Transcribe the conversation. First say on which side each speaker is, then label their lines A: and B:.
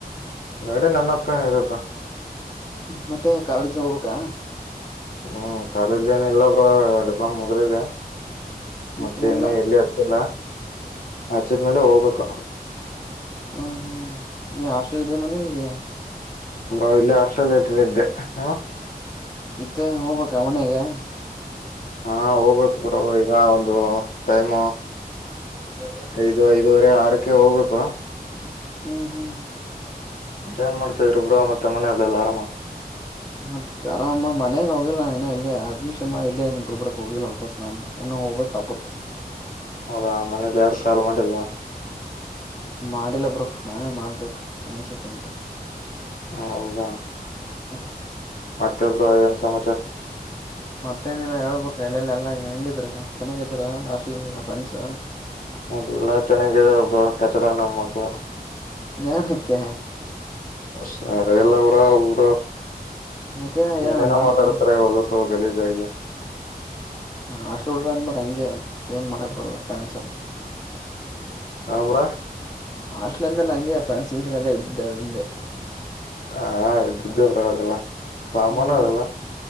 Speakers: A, on the left; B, on the left.
A: ಗಾಡಿ ನನ್ನ ಹತ್ರ ಇದೆ ಬ್ರೋ
B: ಮತ್ತೆ ಕಾಲೇಜನಾಗ ಹೋಗ್ಬೇಕಾ
A: ಹ್ಮ ಕಾಲೇಜ ಏನ ಇಲ್ಲಬ್ರೋ <unintelligible> ಮುಗ್ದಿದೆ
B: ಮತ್
A: ಮತ್ತೆ
B: ಮುಂದೆ
A: ನು ಎಲ್ಲಿ ಹಚ್ಚಿಲ್ಲ ಹಚ್ಚಿದ್ಮೇಲೆ ಹೋಗ್ಬೇಕು
B: ಹ ಹ ಹಾಸ್ಟೆಲ್ ಇದೆ ಮನೇಲಿದ್ಯಾ
A: ಬ್ರೋ ಇಲ್ಲೇ ಹಾಸ್ಟೆಲ್ ಅಲ್ಲಿ ಇದ್ದೆ ಹೂ
B: ಮತ್ತೆ ಹೋಗ್ಬೇಕಾ ಮನೆಗೆ
A: ಹಾ ಹೋಗ್ಬೇಕು ಬ್ರೋ ಈಗ ಒಂದು ಟೈಮ್
B: ಹೈದ್ರಾಬಾದ್ ಚೆನ್ನೈ
A: ಐದು ಐದುವರೆ ಆರಕ್ಕೆ ಹೋಗ್ಬೇಕು
B: ಹ್ಮ ಹ್ಮ ಹ್ಮ
A: ಮ ಏನ್ ಮಾಡ್ತವ್ರೊಬ್ಬ್ರ ಮತ್ತೆ ಮನೆಯಲ್ಲೆಲ್ಲಾ ಆರಾಮ
B: ಮತ್ತತ್ ಆರಾಮ ಮನೆಗ್ ಹೋಗಿಲ್ಲ ಇನ ಇಲ್ಲಿ ಅಡ್ಮಿಷನ್ ಮಾಡಿಲ್ಲನ್ ಗುಲ್ಬರ್ಗ್ ಹೋಗಿಲ್ಲ ವಾಪಸ್ ನಾನು ಹೋಗಬೇಕು, ಹಬ್ಬಕ್ಕ
A: ಹೌದಾ ಮನಲಿ ಯಾರು ಕಾಲ ಮಾಡಿಲ್ವಾ
B: ಮಾಡಿಲ್ಲ ಬ್ರೋ ನಾನೇ ಮಾಡ್ಬೇಕು <unintelligible>
A: ಹ ಹೌದಾ
B: ಹಾ
A: ಮತ್ತೆ ಬ್ರೋ ಏನ್ ಸಮಾಚಾರ
B: ಮತ್ತೇನಲ್ಲಾ ಹೇಳ್ಬೇಕ ಇಲ್ಲಲ್ಲ ಎಲ್ಲಾ ಹೆಂಗಿದ್ರ ಚೆನ್ನಾಗಿದ್ರ ಹಸ್ಲಫ್ರೆಂಡ್ಸ್
A: ಎಲ್ಲಾ ಚೆನಗ <unintelligible> ಬ್ರೋ ಕಚಡ ನಮ್ಮಕ್ಕ
B: ಏನಕ್ಕೆ
A: ಸರಿ ಎಲ್ಲ ಬ್ರೋ ಅವರ
B: ಯಾಕೆ ಏನದ್
A: ಏನೇನೋ
B: ಮಾಡಿದ್ರ
A: ಮಾತಾಡತಾರೆ ಎಲ್ಲ ಬ್ರೋ ಗಲೀಜಾಗಿ
B: ಹಾಸ್ಟೆಲ್ ಹುಡ್ರ ಅಂದ್ಮೇಲೆ ಹಂಗೆ ಏನ್ ಮಾಡಕ್ ಬರಲ್ಲ ಫ್ರೆಂಡ್ಸ್
A: ಮ್ರ
B: ಹಾಸ್ಟೆಲ್ ಅಂದಮೇಲೆ ಹಂಗೆ ಫ್ರೆಂಡ್ ಸಿಂಗ್ಸ್ ಎಲ್ಲ ಇದ್ದೆ ಅದೆ
A: ಹಾ ಬ್ರೋ ಇದ್ದಿದ್ದೆ ಅವೆಲ್ಲ ಕಾಮನ್
B: ಹ್ಮ್
A: ಅವೆಲ್ಲ.